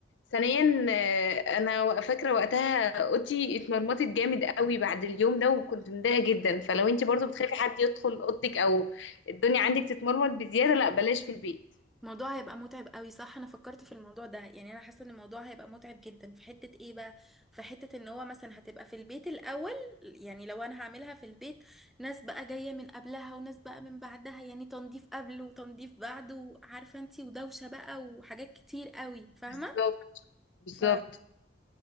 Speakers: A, on the left; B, in the centre.
A: ثانيا آه، انا وا- فاكرة وقتها اوضتي اتمرمطت جامد قوي بعد اليوم ده وكنت متضايقة جدا فلو انتي برضو بتخافي حد يدخل اوضتك او الدنيا عندك تتمرمط بزيادة لا بلاش في البيت
B: الموضوع هيبقى متعب قوي صح انا فكرت في الموضوع ده يعني انا حاسه ان الموضوع هيبقى متعب جدا في حته ايه بقى في حته ان هو مثلا هتبقى في البيت الاول يعني لو انا هعملها في البيت ناس بقى جايه من قبلها وناس بقى من بعدها يعني تنظيف قبل وتنظيف بعد وعارفه انتي ودوشه بقى وحاجات كتير قوي فاهمه
A: بالظبط بالظبط
B: ف